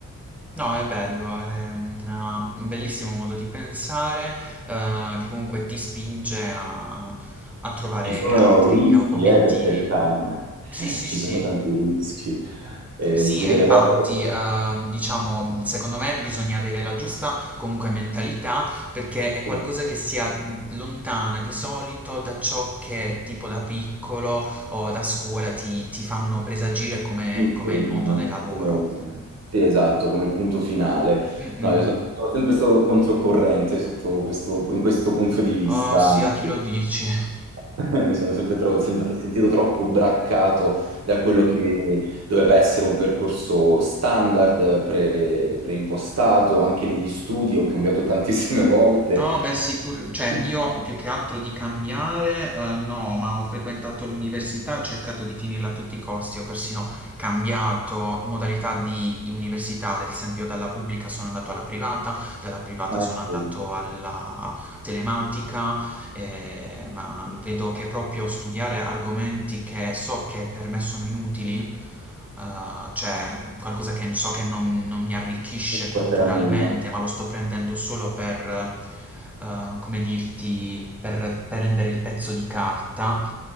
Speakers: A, in the centre; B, on the right.
A: No, è bello, è una- un bellissimo modo di pensare, eh, che comunque ti spinge a, a trovare
B: Ci sono
A: altri
B: i rischi,
A: obiettivi.
B: eh, per carità, <laughs>
A: Sì, sì,
B: ci
A: sì.
B: sono tanti rischi, eh,
A: Sì,
B: il più
A: e
B: delle
A: infatti,
B: volte.
A: ehm, diciamo, secondo me bisogna avere la giusta comunque mentalità perché è qualcosa
B: <laughs>
A: che sia lontana di solito da ciò che tipo da piccolo o da scuola ti, ti fanno presagire come,
B: Come,
A: come è il mondo del lavoro.
B: come- sì, esatto, come il punto finale.
A: Mm-mm.
B: No, io sono sono sempre stato controcorrente sotto questo- in questo punto di vista,
A: Oh sì,
B: anzi,
A: a chi lo dici?
B: <laughs> mi sono sempre, tro- sempre sentito troppo braccato da quello che doveva essere un percorso standard, pre- preimpostato, anche negli studi, ho cambiato tantissime volte,
A: No, beh sì, pur- cioè
B: <laughs>
A: io più che altro di cambiare, eh, no, ma ho frequentato l'università, ho cercato di finirla a tutti i costi, ho persino cambiato modalità di università, ad esempio dalla pubblica sono andato alla privata, dalla privata
B: Eh,
A: sono andato
B: non
A: alla telematica, eh, ma vedo che proprio studiare argomenti che so che per me sono inutili, eh, cioè qualcosa che so che non, non mi arricchisce
B: ti
A: culturalmente,
B: porterà a nulla.
A: ma lo sto prendendo solo per, eh, come dirti, per prendere il pezzo di carta,